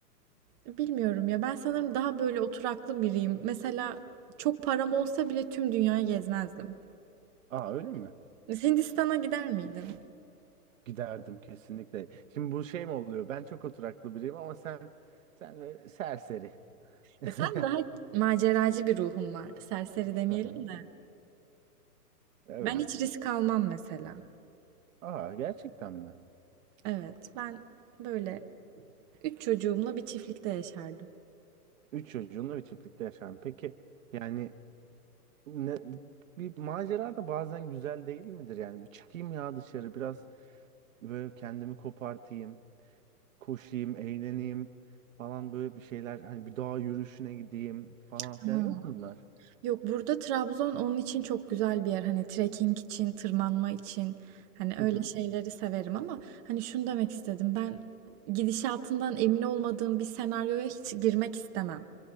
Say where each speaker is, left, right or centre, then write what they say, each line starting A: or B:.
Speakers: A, on the right; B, on the right.
A: bilmiyorum ya ben sanırım daha böyle oturaklı biriyim. Mesela çok param olsa bile tüm dünyayı gezmezdim.
B: Aa öyle mi?
A: Hindistan'a gider miydin?
B: Giderdim kesinlikle. Şimdi bu şey mi oluyor? Ben çok oturaklı biriyim ama sen sen böyle serseri. <laughs>
A: Ya sen daha maceracı bir ruhun var. Serseri demeyelim
B: Aha,
A: de.
B: Evet.
A: Ben hiç risk almam mesela.
B: Aa gerçekten mi?
A: Evet, ben böyle üç çocuğumla bir çiftlikte yaşardım.
B: Üç çocuğunla bir çiftlikte yaşam. Peki yani ne, bir macera da bazen güzel değil midir? Yani bir çıkayım ya dışarı biraz böyle kendimi kopartayım, koşayım, eğleneyim falan böyle bir şeyler. Hani bir dağ yürüyüşüne gideyim falan
A: Ha.
B: filan yok mu bunlar?
A: Yok burada Trabzon onun için çok güzel bir yer. Hani trekking için, tırmanma için. Hani
B: Hı
A: öyle
B: hı.
A: şeyleri severim ama hani şunu demek istedim. Ben gidişatından emin olmadığım bir senaryoya hiç girmek istemem.